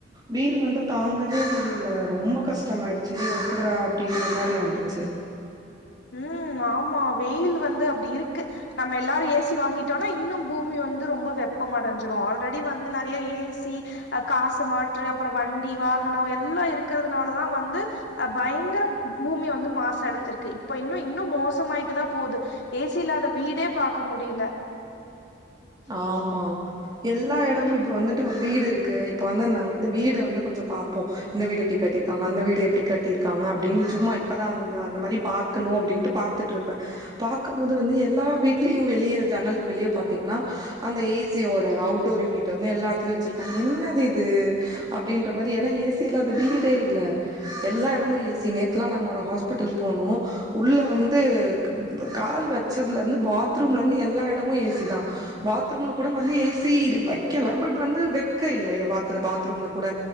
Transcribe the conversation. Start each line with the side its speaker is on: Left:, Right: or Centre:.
Right: வெயில் வந்து தாங்கவே முடில ரொம்ப கஷ்டமா ஆயிடுச்சு ஏ எப்பட்றா அப்டின்ற மாரி ஆயிடுச்சு
Left: ம் ஆமா வெயில் வந்து அப்டி இருக்கு நம்ம எல்லாரு ஏசி வாங்கிட்டோனா இன்னு பூமி வந்து ரொம்ப வெப்ப அடைஞ்சிடு ஆல்ரெடி வந்து நெறைய ஏசி அ காசு மாற்று அப்றோ வண்டி வாகனோ எல்லா இருக்கறதுனாலதா வந்து அ பயங்கரம் பூமி வந்து மாசு அடஞ்சிருக்கு இப்ப இன்னு இன்னு மோசமாயிட்டு தா போது ஏசி இல்லாத வீடே பார்க்க முடில
Right: ஆமா எல்லா
Left: ம்
Right: இடமு இப்ப வந்துட்டு ஒரு வீடு இருக் கு இப்போ வந்து நாங்க வந்து வீடு வந்து கொஞ்ச பார்ப்போ இந்த வீடு எப்டி கட்டியிருக்காங்க அந்த வீடு எப்டி கட்டியிருக்காங்க அப்டின் சும்மா இப்பதா அந்த அந்த மாரி பா க்னு அப்டின்டு பார்த்துட்டு இருப்ப பார்க்கும் போது வந்து எல்லா வீட்லியு வெளிய ஜன்னலக் வெளிய பாத்தீங்னா அந்த ஏசியோட அவுட்டோர் யூனிட் வந்து எல்லா இடத்துலயு வச்சிருப்பாங்க என்னது இது அப்டின்ற மாரி ஏன்னா ஏசியில்லாத வீடே இல்ல எல்லா இடமு ஏசி நேத்துலா நாங்க ஒரு ஹாஸ்பிட்டல் போனோ உள்ள வந்து கால் வச்சதுல இருந்து பாத்ரூம்ல இருந்து எல்லா இடமு ஏசி தா பாத்ரூம்ல கூட வந்து ஏசி வைக்கல பட் வந்து வெக்க இல்ல பா பாத்ரூம்ல கூட